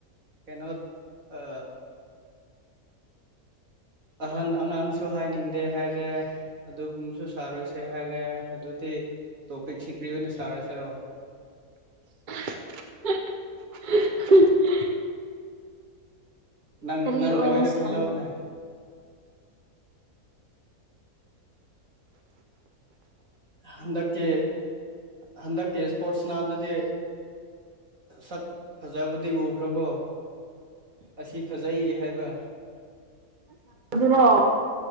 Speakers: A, on the right; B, on the right.
A: ꯀꯩꯅꯣ ꯑ ꯑꯍꯟ ꯑꯉꯥꯡꯁꯨ ꯍꯥꯏꯅꯤꯡꯗꯦ ꯍꯥꯏꯔꯦ ꯑꯗꯨꯒꯨꯝꯕꯁꯨ ꯁꯥꯔꯣꯏꯁꯦ ꯍꯥꯏꯔꯦ ꯑꯗꯨꯗꯤ ꯇꯣꯄꯤꯛꯁꯤ ꯀ꯭ꯔꯤ ꯑꯣꯏꯅ ꯁꯥꯔꯁꯤꯔꯣ
B: <inaudible>
A: ꯅꯪ
B: ꯀꯔꯤ
A: ꯅꯪꯅ ꯑꯣꯏꯅ
B: ꯁꯥꯟꯅ
A: ꯈꯜꯂꯧꯅꯦ ꯍꯟꯗꯛꯀꯤ ꯍꯟꯗꯛꯀꯤ ꯏꯁꯄꯣꯔꯠꯁ ꯅꯥꯝꯗꯗꯤ ꯁꯛ ꯐꯖꯕꯨꯗꯤ ꯎꯈ꯭ꯔꯕꯣ ꯑꯁꯤ ꯐꯖꯩ ꯍꯥꯏꯕ
B: ꯀ꯭ꯔꯣ